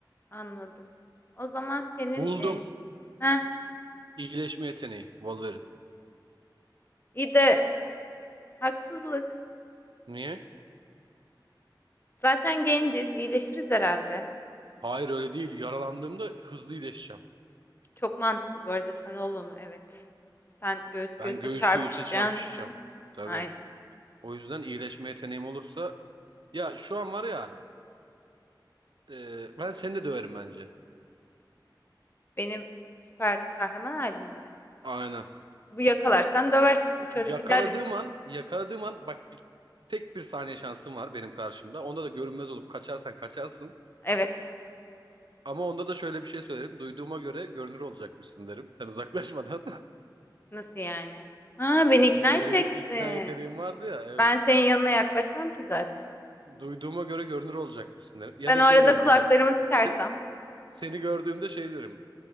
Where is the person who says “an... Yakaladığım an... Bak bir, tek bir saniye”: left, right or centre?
Right